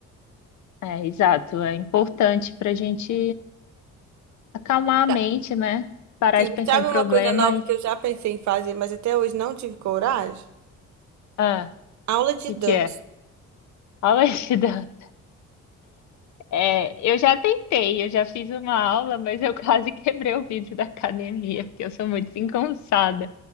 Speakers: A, on the left; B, on the right.
A: É, exato. É importante para a gente acalmar a
B: Tá.
A: mente, né? Parar
B: Sim,
A: de pensar
B: sabe
A: em problema
B: uma coisa nova
A: e...
B: que eu já pensei em fazer, mas até hoje não tive coragem?
A: Ah,
B: Aula de
A: o que
B: dança.
A: que é? Alexida. <laughs> É, eu já tentei, eu já fiz uma aula, mas eu <laughs> quase quebrei o vidro da academia, porque eu sou muito desengonçada.